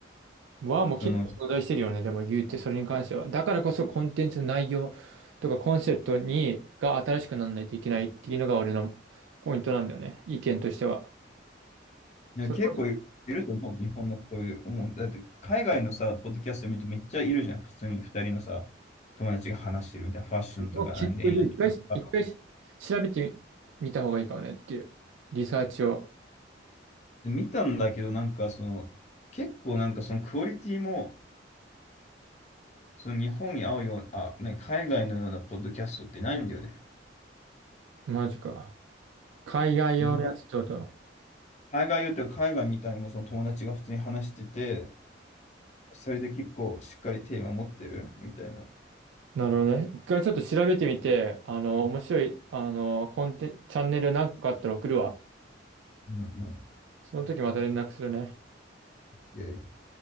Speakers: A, on the right; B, on the left.
A: はもう結構存在してるよね。
B: その、い
A: でも言うて、それに関しては。だからこそコンテンツの内容とかコンセプトに、が新しくならないといけないっていうのが俺のポイントなんだよね。意見としては。
B: や結構いると思う、
A: それ
B: 日本のこういう、もう、だって海外のさ、ポッドキャスト見るとめっちゃいるじゃん、普通に二人のさ、友達が話してるみたいな、ファッションとか、
A: を結構一回、
B: 何恋愛とか。
A: 一回調べてみ、見た方がいいかもねっていう。リサーチを。
B: で見たんだけど、なんかその、結構なんかそのクオリティも、その日本に合うような、あ、ね、海外のようなポッドキャストってないんだよね。
A: マジか。海外用のやつちょっと。
B: 意外海外よっていうか海外みたいにもその友達が普通に話してて、それで結構しっかりテーマ持ってるみたいな。
A: なるほどね。一回ちょっと調べてみて、あの、面白い、あの、コンテン、チャンネル何個かあったら送るわ。
B: うんうん。
A: その時また連絡するね。
B: o